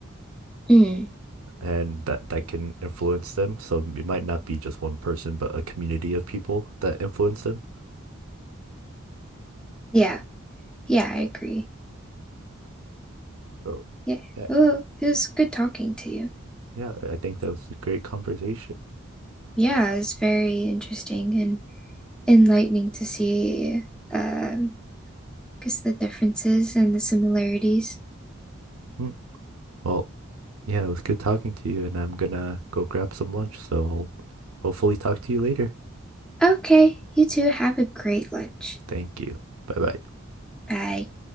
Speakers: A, in the centre; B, on the right (about 80°).
A: Mm,
B: and that that can influence them. So it might not be just one person, but a community of people that influence them.
A: yeah, yeah, I agree.
B: So
A: Yeah.
B: yeah,
A: Oh, it was good talking to you.
B: Yeah, I think that was a great conversation.
A: Yeah, it's very interesting and enlightening to see um, because the differences and the similarities.
B: Mhm. Well, yeah, it was good talking to you, and I'm gonna go grab some lunch, so I'll hopefully talk to you later.
A: Okay, you two have a great lunch.
B: Thank you. Bye bye.
A: Bye.